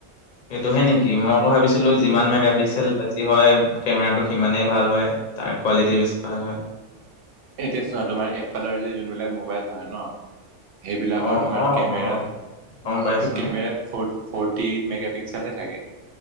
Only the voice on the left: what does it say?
এইটোহে নেকি, মই আকৌ ভাবিছিলো যিমান মেগাপিক্সেল বে হয়, কেমেৰাটো সিমানেই ভাল হয়, তাৰ কোৱালিটি বেছি ভাল হয়
অ',
অ',
অ', গম
পাইছো
মই